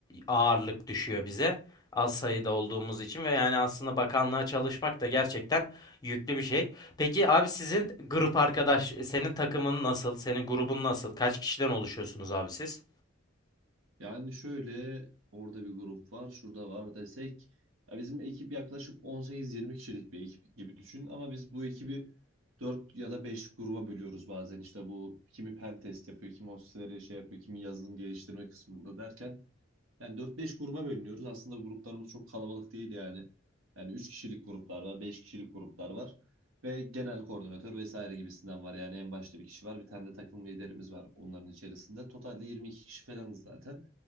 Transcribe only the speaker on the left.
ağırlık düşüyor bize. Az sayıda olduğumuz için ve yani aslında bakanlığa çalışmak da gerçekten yüklü bir şey. Peki abi sizin grup arkadaş, senin takımın nasıl? Senin grubun nasıl? Kaç kişiden oluşuyorsunuz abi siz?